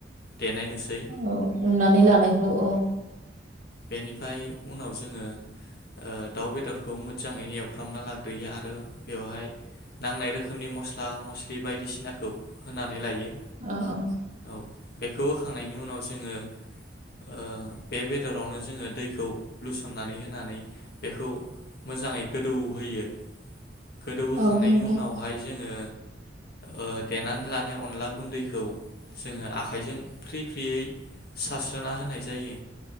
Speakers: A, on the left; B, on the right.
A: देनाय नुसै
B: औ उननानै लानाय खौ औ
A: बेनिफ्राय उनाव जोङो ओ दाउ बेदरखौ मोज्जाङै एवफ्रामना लाग्रोयो आरो बेवहाय नांनाय रोखोमनि मस्ला मस्लि बायदिसिनाखौ होनानै लायो
B: ओ औ
A: औ बेखौ होखांनायनि उनाव जोङो ओ बे बेदरावनो जोङो दैखौ लुसननानै होनानै बेखौ मोजाङै गोदौ होयो गोदौ होखांनायनि
B: औ नोंथां
A: उनावहाय जोङो ओ देनानै लानाय अनला गुन्दैखौ जोङो आखाइजों फ्रि फ्रियै सास स्रोना होनाय जायो